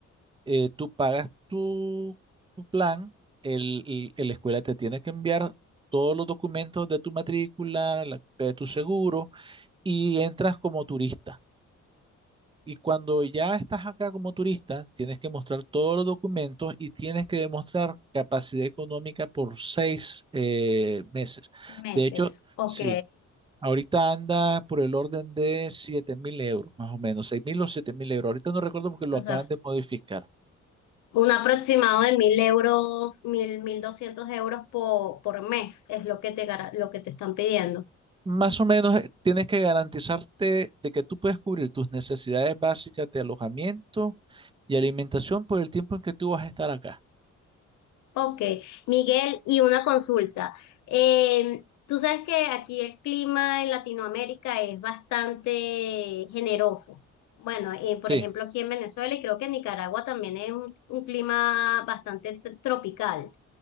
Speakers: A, on the right; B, on the left.
A: eh, tú pagas tu, tu plan, el, el- el- la escuela te tiene que enviar todos los documentos de tu matrícula, la copia de tu seguro y entras como turista. Y cuando ya estás acá como turista, tienes que mostrar todos los documentos y tienes que demostrar capacidad económica por seis eh, meses.
B: Meses.
A: De hecho,
B: Ok.
A: sí, ahorita anda por el orden de siete mil euros, más o menos, seis mil o siete mil euros. Ahorita no recuerdo porque lo
B: O
A: acaban
B: sea,
A: de modificar.
B: Un aproximado de mil euros, mil, mil doscientos euros por, por mes es lo que te, gara- lo que te están pidiendo.
A: Más o menos eh, tienes que garantizarte de que tú puedes cubrir tus necesidades básicas de alojamiento y alimentación por el tiempo en que tú vas a estar acá.
B: Ok, Miguel, y una consulta. Eh, tú sabes que aquí el clima en Latinoamérica es bastante generoso. Bueno, eh,
A: Sí,
B: por ejemplo, aquí en Venezuela y creo que en Nicaragua también es un, un clima bastante t- tropical.